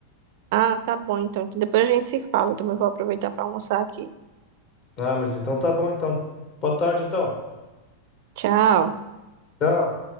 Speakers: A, on the right; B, on the left.
A: Ah, tá bom, então. Então depois a gente se fala. Eu também vou aproveitar pra almoçar aqui.
B: Ah, mas então tá bom, então. Boa tarde, então.
A: Tchau.
B: Tchau.